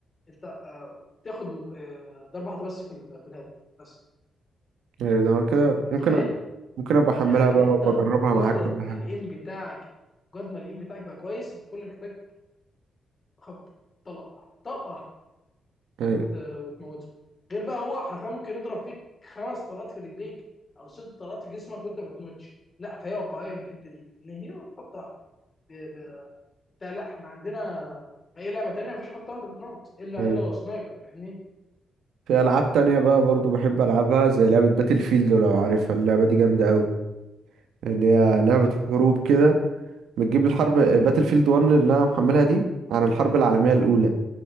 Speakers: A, on the left; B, on the right.
A: انت آه، تاخد آه، ضربه واحده بس في ال- في الهيد بس
B: آه، ده أنا كده
A: انت
B: ممكن
A: متخيل
B: أبقى ممكن أبقى أحملها
A: يعني
B: بقى
A: انت
B: وبجربها
A: بمجرد
B: معاك كل
A: ما
B: حاجة
A: الايم بتاعك مجرد ما الايم بتاعك بقى كويس انت كل اللي محتاج خبط طلقه واحده طلقه واحده
B: أيوة
A: وت... وتموته غير بقى هو حرفيا ممكن يضرب فيك خمس طلقات في رجليك او ست طلقات في جسمك وانت ما بتموتش لا فهي واقعيه من الحته دي ان هي خبطه واحده ده لا احنا عندنا اي لعبه تانية مفيش خط واحده بتموت الا
B: أيوة
A: الا سنايبر فاهمني
B: في ألعاب تانية بقى برضه بحب ألعبها زي لعبة باتل فيلد لو عارفها اللعبة دي جامدة أوي اللي هي لعبة
A: لا
B: حروب كده بتجيب الحرب باتل فيلد 1 اللي انا محملها دي عن الحرب العالميه الاولى